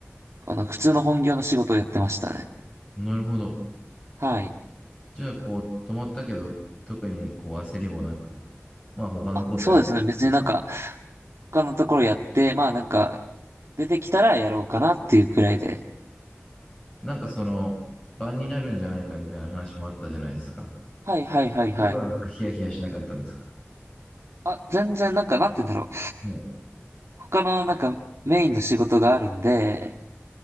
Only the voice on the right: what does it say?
あの、普通の本業の仕事をやってましたね。
はい。
あ、そうですね。別になんか、他のところやって、まあなんか、出てきたらやろうかなっていうくらいで。
はいはいはいはい。
あ、全然なんか、なんて言うんだろう。
他のなんか、メインの仕事があるんで、